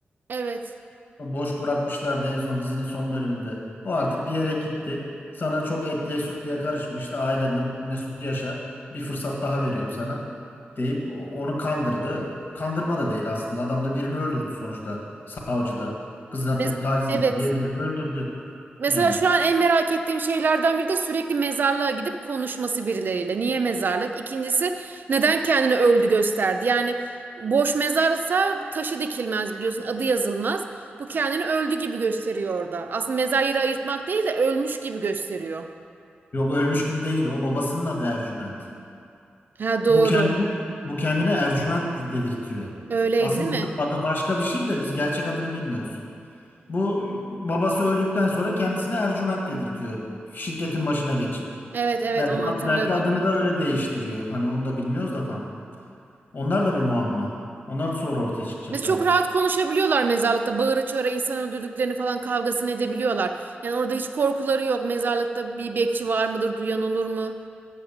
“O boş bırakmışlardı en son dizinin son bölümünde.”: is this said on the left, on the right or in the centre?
Left